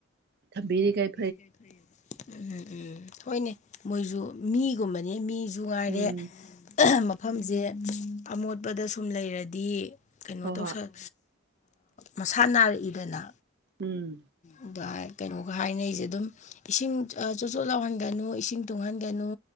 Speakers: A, on the right; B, on the left.
A: ꯊꯝꯕꯤꯔꯤ ꯀꯩ
B: ꯎꯝꯝ ꯎꯝ ꯍꯣꯏꯅꯦ ꯃꯣꯏꯁꯨ ꯃꯤꯒꯨꯝꯕꯅꯤ ꯃꯤꯖꯨ ꯉꯥꯏꯔꯦ
A: ꯎꯝ
B: ꯃꯐꯝꯁꯦ ꯑꯃꯣꯠꯄꯗ ꯁꯨꯝ ꯂꯩꯔꯗꯤ ꯀꯩꯅꯣ
A: ꯍꯣꯏ
B: ꯇꯧꯁꯜ
A: ꯍꯣꯏ
B: ꯃꯁꯥ ꯅꯥꯔꯛꯏꯗꯅ
A: ꯎꯝ
B: ꯑꯗꯨ ꯀꯩꯅꯣꯒ ꯍꯥꯏꯅꯩꯖꯦ ꯑꯗꯨꯝ ꯏꯁꯤꯡ ꯆꯣꯠ ꯆꯣꯠ ꯂꯥꯎꯍꯟꯒꯅꯨ ꯏꯁꯤꯡ ꯇꯨꯡꯍꯟꯒꯅꯨ